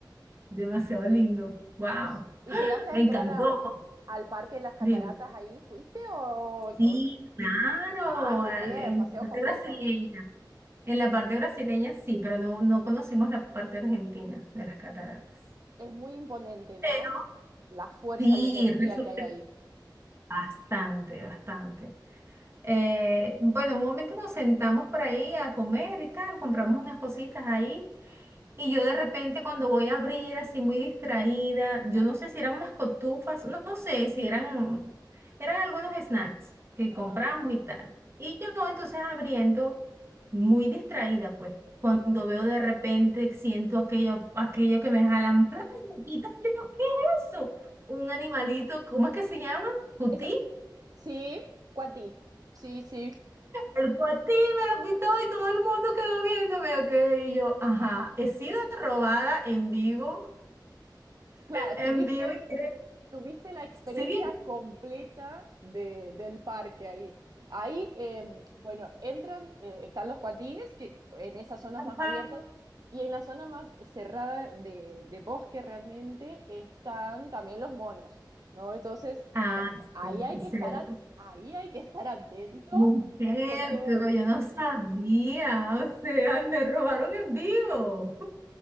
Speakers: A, on the right (about 35°); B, on the right (about 50°).
A: demasiado lindo. Wow,
B: ¿Y, y llegaste a
A: me
B: entrar
A: encantó.
B: a, al Parque de las Cataratas
A: Dime.
B: ahí fuiste o,
A: Sí,
B: o no?
A: claro,
B: Ah, muy
A: al-
B: bien,
A: en
B: paseo
A: la
B: completo.
A: parte brasileña. En la parte brasileña sí, pero no, no conocimos la parte argentina de las cataratas.
B: Es muy imponente, ¿no?
A: Pero
B: La fuerza,
A: sí,
B: la energía
A: resulta
B: que hay ahí.
A: que bastante, bastante. Eh, bueno, un momento nos sentamos por ahí a comer y tal, compramos unas cositas ahí Y yo de repente cuando voy a abrir así muy distraída, yo no sé si eran unas cotufas, no, no sé si eran, eran algunos snacks que
B: Ajá.
A: compramos y tal. Y yo entonces abriendo muy distraída pues, cuando veo de repente siento aquello, aquello que me jalan, ¡plá! me quitan, y yo, ¿qué es eso? Un animalito, ¿cómo es que se llama? ¿Cutí?
B: Eso, sí, Cuati. Sí, sí.
A: El cuatí me lo quitó y todo el mundo quedó viéndome, ok, y yo, ajá, he sido robada en vivo.
B: Claro,
A: En
B: tuviste
A: vivo y creo.
B: tuviste la experiencia
A: Sí,
B: completa de- del parque ahí. Ahí, eh, bueno, entran, eh, están los cuatíes, que en esas zonas
A: ajá.
B: más abiertas, y en la zona más cerrada de, de bosque realmente están también los monos, ¿no? Entonces,
A: Ah,
B: eh, ahí
A: cierto,
B: hay
A: cierto.
B: que estar, at- ahí hay que estar atento,
A: Mujer,
B: porque,
A: pero yo no sabía. O sea, me robaron en vivo.